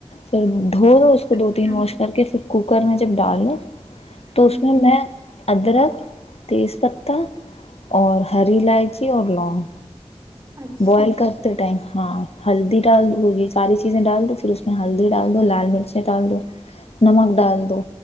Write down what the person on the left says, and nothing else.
پھر دھو دوو اس کو دو
تین واش کر کے پھر کوک کوکر میں جب ڈالو تو
اس میں میں ادرک تیز پتہ اور ہری الائچی اور لونگ
بوائل کرتے ٹائم ہاں ہلدی ڈال دو یہ ساری چیزیں ڈال دو پھر اس میں ہلدی ڈال دو لال مرچیں ڈال دو نمک ڈال دو